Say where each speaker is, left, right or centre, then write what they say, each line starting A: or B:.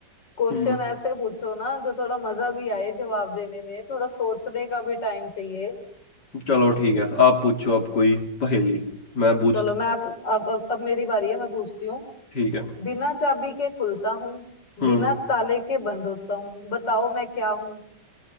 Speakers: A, on the left (about 85°); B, on the left (about 70°).
A: क्वेश्चन
B: हम्म
A: ऐसे पूछो ना जो थोड़ा मजा भी आए जवाब देने में थोड़ा सोचने का भी टाइम चाहिए
B: चलो ठीक है आप पूछो अब कोई पहेली मैं पूछता
A: चलो
B: हूँ।
A: मैं अब अब अब, अब मेरी बारी है मैं पूछती हूँ
B: ठीक है
A: बिना चाबी के खुलता हूँ
B: हम्म
A: बिना ताले के बंद होता हूँ बताओ मैं क्या हूँ